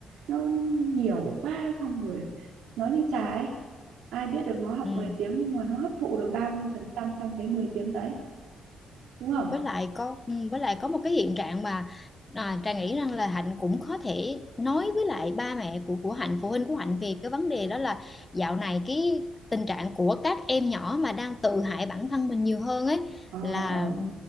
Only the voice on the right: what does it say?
nó nhiều quá xong rồi nó như trà ấy ai biết được nó học
10 tiếng nhưng mà nó hấp thụ được bao nhiêu phần trăm trong cái mười tiếng đấy đúng không
ờ
ờ ừ.